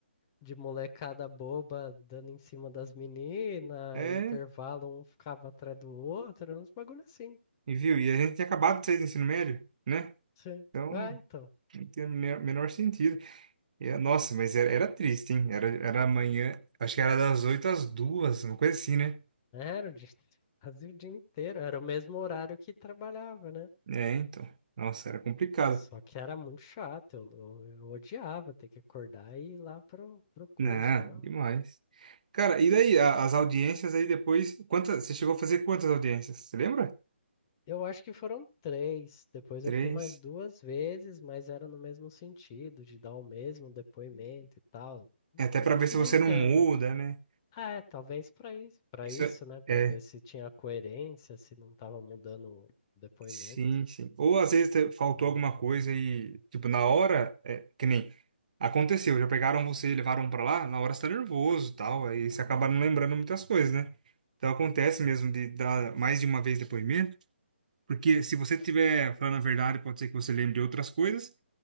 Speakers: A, on the left (about 20°); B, on the right (about 40°).
A: de molecada boba dando em cima das meninas,
B: É,
A: intervalo um ficava atrás do outro, uns bagulho assim.
B: e viu? E a gente tinha acabado de sair do ensino médio, né?
A: Sim.
B: Então,
A: Ah,
B: não
A: então.
B: tinha o me- menor sentido. E, é, nossa, mas era, era triste, hein? Era, era amanhã, acho que era das oito às duas uma coisa assim, né?
A: Era o dia, <laughs> quase o dia inteiro, era o mesmo horário que trabalhava, né?
B: É, então. Nossa, era complicado.
A: Só que era muito chato, eu, eu, eu odiava ter que acordar e ir lá pro, pro curso.
B: Não,
A: Falar.
B: demais.
A: "Ah,
B: Cara, e daí, a- as audiências aí depois. Quantas, você chegou a fazer quantas audiências? Você lembra?
A: Eu acho que foram três, depois
B: Três.
A: eu fui mais duas vezes, mas era no mesmo sentido, de dar o mesmo depoimento e tal.
B: É até
A: Não,
B: para ver se
A: não
B: você
A: entendo.
B: não muda, né?
A: Ah, é, talvez para isso, para
B: Isso
A: isso,
B: é,
A: né? Para
B: é,
A: ver se tinha coerência, se não tava mudando o depoimento.
B: sim, sim. Ou às vezes te- faltou alguma coisa e, tipo, na hora, é, que nem aconteceu, já pegaram você e levaram pra lá, na hora você tá nervoso e tal, aí você acaba não lembrando muitas coisas, né? Então acontece
A: Sim.
B: mesmo de dar mais de uma vez depoimento, porque se você estiver falando a verdade, pode ser que você lembre de outras coisas,